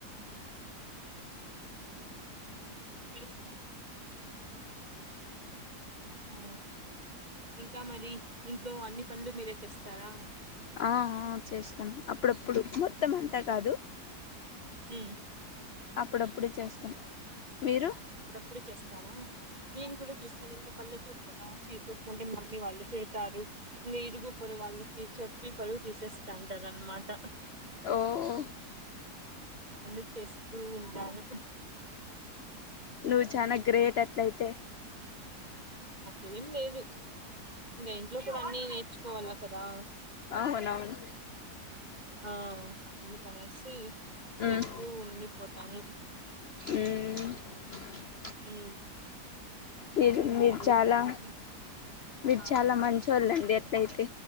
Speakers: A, on the right; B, on the left.
A: బెషేట్ ఆ ఇంకా మరి ఇంట్లో అన్ని పనులు మీరే చేస్తారా
B: ఆ ఆ చేస్తాం అప్పుడప్పుడు మొత్తం అంతా కాదు
A: ఊ
B: అప్పుడప్పుడు చేస్తాం మీరు
A: అప్పుడప్పుడు చేస్తావా నేను కూడా చేస్తాను ఇంకా పల్లెటూరు కదా చేయకోకుంటే మళ్ళీ మివాళ్ళు చేస్తారు ఇంకా ఇరుగుపొరుగు వాళ్ళకి చెప్పి పరువు తీసేస్తంటారు అనమాట
B: ఓ ఓ
A: అందుకు చేస్తూ ఉంటారు
B: నువ్వు చానా గ్రేట్ అట్లయితే
A: అట్లే ఏం లేదు ఇంగా ఇంట్లో ఇవన్నీ తేచ్చుకోవాల కదా
B: అవునవును
A: ఆ అందుకనేసి చేస్తూ
B: మ్మ్
A: ఉండిపోతాను.
B: ఉమ్.
A: ఉమ్.
B: మీరు
A: ఇంకేంటి
B: మీరు
A: మరి
B: చాలా
A: విశేషాలు
B: మీరు
A: ఆ
B: చాలా మంచోళ్ళండి. అట్లా అయితే